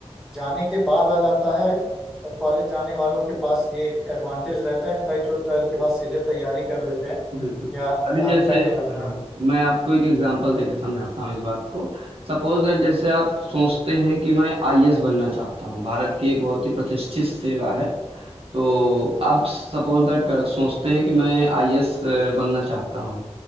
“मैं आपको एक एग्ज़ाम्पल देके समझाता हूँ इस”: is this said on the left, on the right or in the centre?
Right